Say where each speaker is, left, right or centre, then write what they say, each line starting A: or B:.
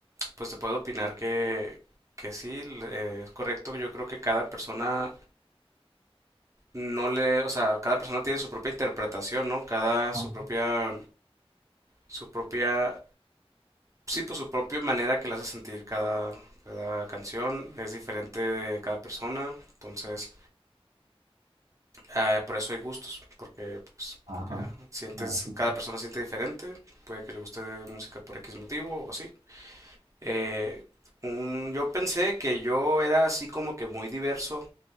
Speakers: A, on the right (about 30°); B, on the right (about 75°).
A: pues te puedo opinar que, que sí, eh, es correcto. Yo creo que cada persona no le... O sea, cada persona tiene su propia interpretación, ¿no? Cada
B: <laughs>
A: su
B: Ajá.
A: propia... Su propia... Sí, pues su propia manera que le hace sentir cada, cada canción. Es diferente de cada persona. Entonces, Ah, por eso hay gustos, porque pues
B: Ajá.
A: cada, sientes,
B: Así es.
A: cada persona siente diferente, puede que le guste música por X motivo o así. Eh, un- yo pensé que yo era así como que muy diverso